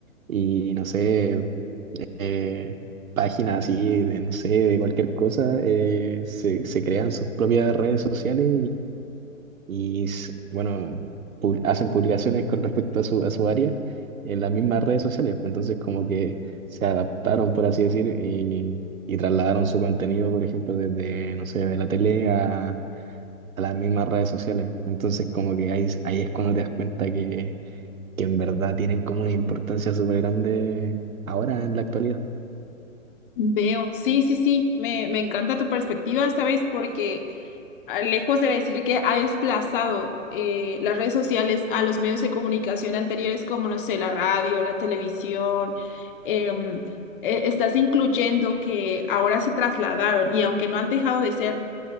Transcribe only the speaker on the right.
y, no sé, eh, páginas así de, no sé, de cualquier cosa, eh, se, se crean sus propias redes sociales y s- bueno, pu- hacen publicaciones con respecto a su, a su área en las mismas redes sociales. pues, Entonces como que se adaptaron, por así decir, y, y trasladaron su contenido, por ejemplo, desde, no sé, de la tele a, a las mismas redes sociales. Entonces como que ahí, es- ahí es cuando te das cuenta que, que en verdad tienen como una importancia súper grande ahora en la actualidad.